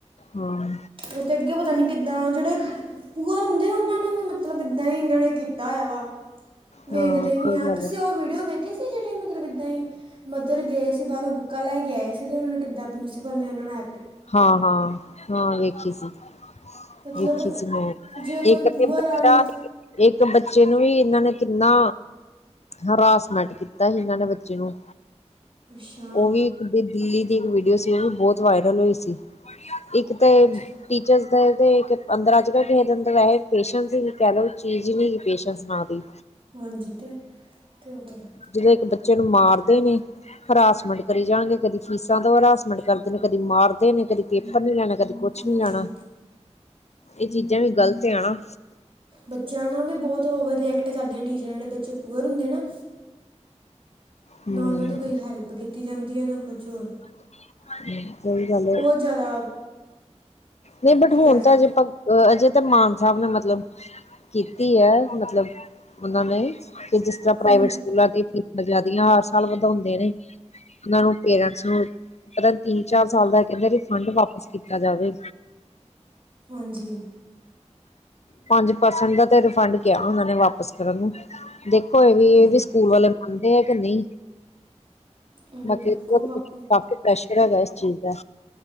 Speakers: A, on the left; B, on the right.
A: ਹਾਂ
B: ਉਹ ਤੇ ਅੱਗੇ ਪਤਾ ਨੀ ਕਿਦਾਂ ਜਿਹੜੇ ਪੂਅਰ ਹੁੰਦੇ ਆ ਉਹਨਾਂ ਨੂੰ ਵੀ ਮਤਲਬ ਏਦਾਂ ਹੀ ਇਹਨਾਂ ਨੇ ਕੀਤਾ ਹੋਆ ਵਾ। ਵੇਖਦੇ
A: ਹਾਂ
B: ਨੀ
A: ਕੋਈ
B: ਆ
A: ਗੱਲ
B: ਤੁਸੀਂ ਉਹ ਵੀਡੀਓ ਵੇਖੇ ਸੀ ਜਿਹੜੇ ਮਤਲਬ ਏਦਾਂ ਹੀ ਮਦਰ ਗਏ ਸੀ। ਜਿਹੜੇ ਬਾਹਰੋਂ ਬੁੱਕਾਂ ਲੈ ਕੇ ਆਏ ਸੀ ਤੇ ਉਹਨਾਂ ਨੂੰ ਕਿੱਦਾਂ ਪ੍ਰਿੰਸੀਪਲ ਨੇ ਉਹ ਨੂੰ ਐ।
A: ਹਾਂ ਹਾਂ ਹਾਂ ਵੇਖੀ ਸੀ
B: ਮਤਲਬ
A: ਵੇਖੀ ਸੀ ਮੈਂ
B: ਜੇ ਕੋਈ
A: ਇੱਕ
B: ਪੂਅਰ
A: ਤੇ ਬੱਚਾ
B: ਆ ਨੇ
A: ਇੱਕ ਬੱਚੇ ਨੂੰ ਵੀ। ਇਹਨਾਂ ਨੇ ਕਿੰਨਾ ਹਰਾਸਮੈਂਟ ਕੀਤਾ ਸੀ ਇਹਨਾਂ ਨੇ ਬੱਚੇ ਨੂੰ।
B: ਅੱਛਾ।
A: ਉਹ ਵੀ ਦਿੱਲੀ ਦੀ ਇੱਕ ਵੀਡੀਓ ਸੀ ਉਹ ਵੀ ਬਹੁਤ ਵਾਇਰਲ ਹੋਈ ਸੀ। ਜੀ। ਇੱਕ ਤੇ
B: ਅੱਛਾ
A: ਟੀਚਰਸ ਦੇ ਤੇ ਅੰਦਰ ਅੱਜ ਕੱਲ੍ਹ ਕਿਸੇ ਦੇ ਅੰਦਰ ਵੈਸੇ ਪੇਸ਼ੈਂਸ ਕਹਿਲੋ ਚੀਜ਼ ਨੀਂ ਹੈਗੀ ਪੇਸ਼ੈਂਸ ਨਾਂ ਦੀ।
B: ਹਾਂਜੀ ਤੇ ਤੇ ਹੋਰ।
A: ਜਦੋਂ ਇੱਕ ਬੱਚੇ ਨੂੰ ਮਾਰਦੇ ਨੇ ਹਰਾਸਮੈਂਟ ਕਰੀ ਜਾਣਗੇ ਕਦੀ ਫੀਸਾਂ ਦਿਉ ਹਰਾਸਮੈਂਟ ਕਰਦੇ ਨੇ ਕਦੀ ਮਾਰਦੇ। ਕਹਿੰਦੇ ਨੇ ਕਦੀ ਪੇਪਰ ਨੀ ਲੈਣਾ? ਕਦੇ ਕੁੱਛ
B: ਹਾਂਜੀ
A: ਨੀ ਜਾਣਾ ਇਹ ਚੀਜ਼ਾਂ ਵੀ ਗ਼ਲਤ ਆ ਨਾ।
B: ਬੱਚਿਆਂ ਨਾਲ ਵੀ ਬੌਤ ਵਧੀਆ ਕੈ ਤੇ ਕਰਦੀਆਂ ਨ ਟੀਚਰਾਂ ਜੇੜੇ ਬੱਚੇ ਪੂਅਰ ਹੁੰਦੇ ਨਾ
A: ਹਮ
B: ਨਾ ਔਨਾਂ ਦੀ ਕੋਈ ਹੈਲਪ ਕੀਤੀ ਜਾਂਦੀ ਐ ਨਾ ਕੁ ਛੋਰ।
A: ਹੂੰ, ਸਹੀ ਗੱਲ ਏ
B: ਜ਼ਿਆਦਾ
A: ਨਹੀਂ ਬਟ
B: ਕੀ
A: ਹੋਣ
B: ਕਹਿ ਸਕਦੇ
A: ਤਾਂ ਅਜੇ ਪ ਅਜੇ ਤੇ ਮਾਨ ਸਾਬ ਨੇ ਮਤਲਬ ਕੀਤੀ ਐ, ਮਤਲਬ ਉਨਾਂ ਨੇ। ਕਿ ਜਿਸ ਤਰ੍ਹਾਂ ਪ੍ਰਾਈਵੇਟ
B: ਹੂੰ
A: ਸਕੂਲਾਂ ਦੀ ਫੀਸ ਬਜਾ ਇਨਾ ਹਰ ਸਾਲ ਵਧੋਂਦੇ ਨੇ ਇਨ੍ਹਾਂ ਨੂੰ ਪੇਰੈਂਟਸ ਨੂੰ ਪਤਾ ਨੀ ਤਿੰਨ ਚਾਰ ਸਾਲ ਦਾ ਕੈੰਦੇ ਰਿਫੰਡ ਵਾਪਿਸ ਕੀਤਾ ਜਾਵੇ।
B: ਹਾਂਜੀ
A: ਪੰਜ ਪਰਸੈਂਟ ਦਾ ਤੇ ਰਿਫੰਡ ਕਿਆ ਓਨਾਂ ਨੇ ਵਾਪਿਸ ਕਰਨ ਨੂੰ। ਦੇਖੋ ਏ ਵੀ
B: ਹਾਂਜੀ
A: ਏ ਵੀ ਸਕੂਲ ਵਾਲੇ ਮੰਨਦੇ ਹੈ ਕਿ ਨਹੀਂ।
B: ਹੂੰ,
A: ਮਤਲਬ
B: ਦੇਖੋ
A: ਬੋਤ
B: ਬਾਕੀ
A: ਕੁਛ ਪਾ ਪ੍ਰੈਸ਼ਰ ਹੈਗਾ ਏਸ ਚੀਜ਼ ਦਾ।